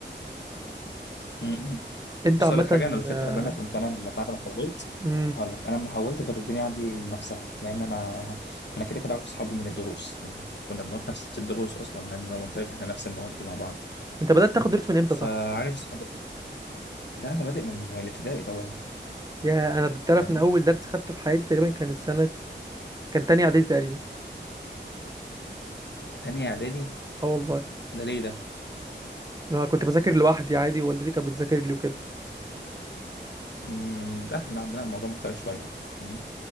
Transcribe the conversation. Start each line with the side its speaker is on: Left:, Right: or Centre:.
Left: امم
Right: انت
Left: بص
Right: عامة
Left: اقول لك حاجه انا الفكره
Right: آه،
Left: ان انا كنت انا اللي بعد ما حولت
Right: مم.
Left: هقول لك انا لما حولت كانت الدنيا عندي نفسها لان انا انا كده كده عارف اصحابي من الدروس يعني كنا بنروح نفس الدروس اصلا لان زي ما قلت لك احنا نفس المواد مع بعض
Right: انت بدأت تاخد درس من امتى
Left: فعارف
Right: صح؟
Left: اصحابي ده انا بادئ من الابتدائي طبعا
Right: يا انا بتعرف
Left: فاهمني
Right: ان اول درس خدته في حياتي تقريبا كان السنة كان تاني اعدادي تقريبا
Left: تانية اعدادي
Right: اه والله
Left: ده ليه ده
Right: اه كنت بذاكر لوحدي عادي والدتي كانت بتذاكر لي وكده
Left: امم ده احنا عندنا الموضوع مختلف شويه يعني فاهمني؟